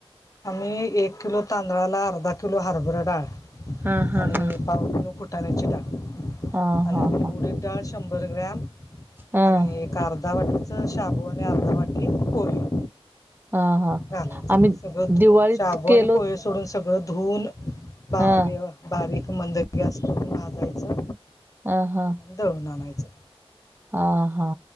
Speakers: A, on the left (about 35°); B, on the right (about 20°).
A: आम्ही एक किलो तांदळाला अर्धा किलो हरभरा डाळ
B: हा हा
A: आणि
B: हा
A: पाव किलो फुटाण्याची डाळ
B: हा
A: आणि
B: हा हा
A: उडीद डाळ शंभर ग्रॅम
B: हा
A: आणि हे आ अर्धा वाटीचं शाबू आणि अर्धा वाटी पोहे.
B: हा हा
A: घालायचं
B: आम्ही
A: सगळं
B: दिवाळीत
A: शाबू
B: केलो
A: आणि पोहे सोडून सगळं धुवून बारी
B: हा
A: बारीक मंद गॅस भाजायचं
B: ह हा!
A: दळून आणायचं.
B: हा हा!